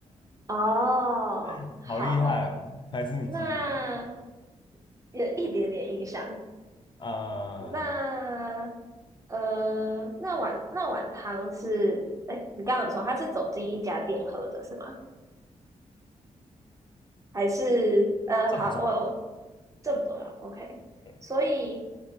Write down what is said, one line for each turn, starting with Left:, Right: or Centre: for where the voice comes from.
Right: 哦，
Left: <laughs>
Right: 好，
Left: 好厉害哦，还是你记得？
Right: 那有一点点印象。
Left: 呃，
Right: 那呃，那碗那碗汤是，哎，你刚刚有说他是走进一家店喝的是吗？还是呃，
Left: 这不重要，
Right: 好，我我这不重要，OK。
Left: 对，
Right: 所以，